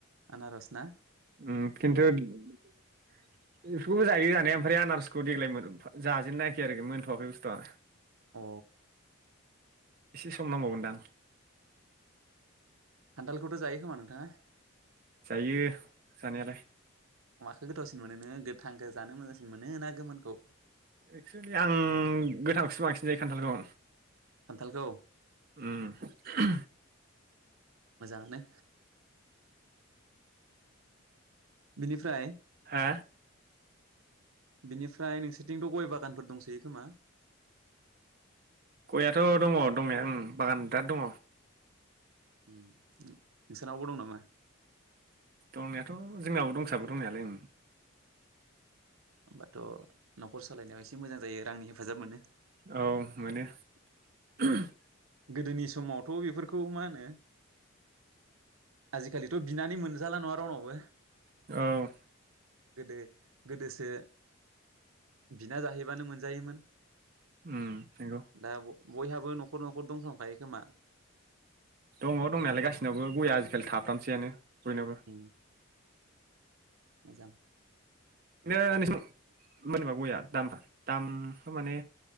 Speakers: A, on the right (about 80°); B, on the right (about 45°).
A: आनारसना
B: उम खिन्थु बेफोरखौबो जायो जानाया। ओमफ्राय आनारसखौ देग्लाय जाजेननोनायाखै आरोखि मोनथ'वाखै बुस्थुआ।
A: अ
B: एसे सम नांबावगोनदां
A: खान्थालखौथ' जायो खोमा नोंथाङा?
B: जायो जानायालाय
A: माखौ गोथावसिन मोनो ना गोथांखौ जानो मोजांसिन मोनो ना? गोमोनखौ
B: एक्सेुलि आं गोथांखौसो बांसिन जायो खान्थालखौ।
A: खान्थालखौ
B: उम
A: मोजाङानो बिनिफ्राय
B: हा
A: बिनिफ्राय नोंसोरथिंथ' गय बागानफोर दंसैयो खोमा?
B: गयाथ' दङ दंनाय उम बागान बिराद दङ।
A: नोंसोरनावबो दं नामा?
B: दंनायाथ' जोंनावो दंसाबो दंनायालाय ओ
A: होमबाथ' न'खर सालायनायाव एसे मोजां जायो रांनि हेफाजाब मोनो
B: औ मोनो <inaudible>
A: गोदोनि समावथ' बेफोरखौ मा होनो आजिखालिथ' बिनानै मोनजाला नङा रावनावबो
B: औ
A: गोदो गोदोसो बिना जाहैबानो मोनजायोमोन।
B: उम हागौ
A: दा बयहाबो न'खर न'खर <unintelligible> दंथांखायो खोमा
B: दङ दंनायालाय गासिनावबो गया आजिखालि थाफ्रामसैआनो बयनाबो
A: उम मोजां
B: ओ नोंस <inaudible> मोनबा गया दामा दामखौ माने